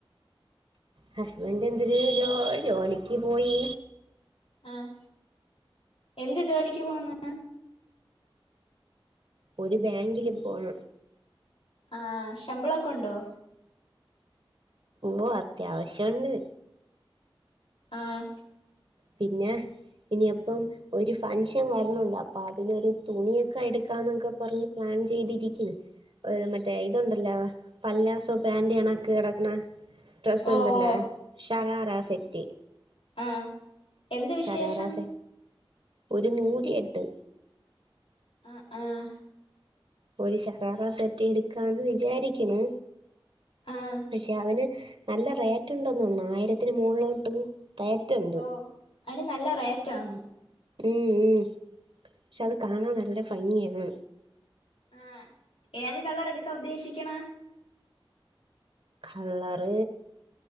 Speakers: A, on the right (about 60°); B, on the left (about 85°).
A: ഹസ്ബൻറ് എന്തിര് ജോ ജോലിക്ക് പോയി
B: ആഹ് എന്ത് ജോലിക്ക് പോവുന്ന്
A: ഒരു ബാങ്കില് പോണ്
B: ആഹ് ശമ്പളൊക്കെ ണ്ടോ
A: ഓ അത്യാവശ്യുണ്ട്
B: ആഹ്
A: പിന്നെ ഇനിയെപ്പം ഒരു ഫങ്ക്ഷൻ വരുന്നുണ്ട് അപ്പൊ അതിനൊരു തുണിയൊക്കെ എടുക്കാന്നൊക്കെ പറഞ്ഞ് പ്ലാൻ ചെയ്തിരിക്കുന്നു രു മറ്റേ ഇതുണ്ടല്ലോ പല്ലാസോ പാന്റ് ണക്കെ കിടക്കണ ഡ്രസ്സുണ്ടല്ലോ
B: ഓ ഓ
A: ഷരാറ സെറ്റ്
B: ആഹ് എന്ത് വിശേഷം
A: ഷറാറാസെ ഒരു നൂലി എട്ട്
B: ആഹ് ആഹ്
A: ഒരു ശഹാറ സെറ്റ് എടുക്കാന്ന് വിചാരിക്ക്ണ്
B: ആഹ്
A: പക്ഷെ അവന് നല്ല റേറ്റ് ഉണ്ടന്നോന്ന്ണ് ആയിരത്തിന് മോളിലോട്ട് റേറ്റ് ഉണ്ട്
B: ഓ അയിന് നല്ല റേറ്റാണ്
A: ഉം ഉം ക്ഷെ അത് കാണാൻ നല്ല ഫംഗിയാണ്
B: ആഹ് ഏത് കളർ ഇട്ക്കാ ഉദ്ദേശിക്ക്ണെ
A: കളറ്